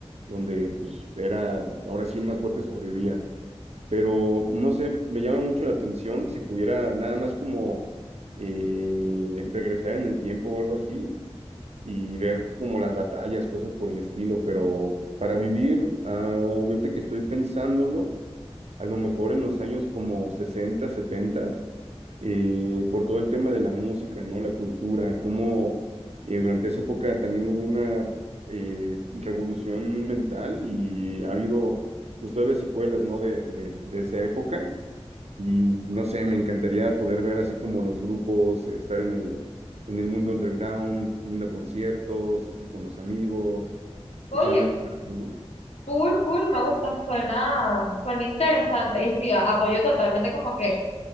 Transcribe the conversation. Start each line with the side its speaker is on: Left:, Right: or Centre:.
Right: Donde pues era, ahora sí el más fuerte sobrevivía pero no sé, me llama mucho la atención si pudiera nada más como eh, regresar en el tiempo o algo así y ver como las batallas, cosas por el estilo, pero para vivir, ah, ahorita que estoy pensándolo a lo mejor en los años como 60 70, eh, por todo el tema de la música, ¿no? La cultura, cómo eh, durante esa época también hubo una eh, revolución mental y ha habido pues, todavía secuelas, ¿no? De, de, de esa época. Y no sé, me encantaría poder ver así como los grupos, eh, estar en el, en el mundo underground, yendo a conciertos, este, con los amigos,
Left: Oye,
Right: echando ahí un rato, ¿no?
Left: cool, cool, me gusta, suena, suena interesante. Y sí, a- apoyo totalmente como que,